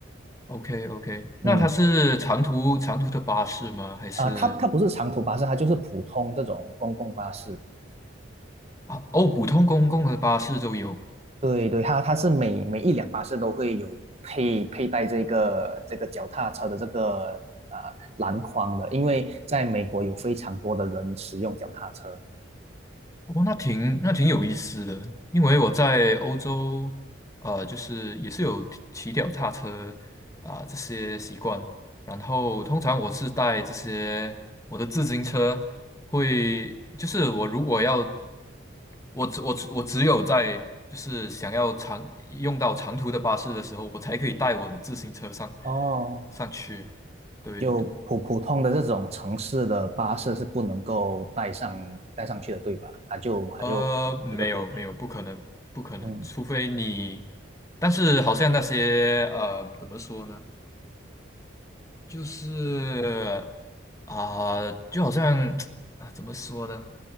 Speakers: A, on the left; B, on the right.
A: OK OK，
B: 嗯，
A: 那它是长途长途的巴士吗？还是
B: 啊、它它不是长途巴士，它就是普通这种公共巴士。
A: 啊？哦，普通公共的巴士都有。
B: 对对，它它是每每一辆巴士都会有配佩戴这个这个脚踏车的这个呃篮筐的，因为在美国有非常多的人使用脚踏车，
A: 哦，那挺那挺有意思的，因为我在欧洲，呃，就是也是有骑骑脚踏车啊、这些习惯，然后通常我是带这些我的自行车会，就是我如果要，我只我只我只有在就是想要长用到长途的巴士的时候，我才可以带我的自行车上
B: 哦，
A: 上去，对对。
B: 就普普通的这种城市的巴士是不能够带上带上去的，对吧？它就它就这个规矩，
A: 呃，没有没有，不可能，不可能，
B: 嗯
A: 除非你，但是好像那些呃，怎么说呢，就是啊、就好像 <tsk> 啊，怎么说呢，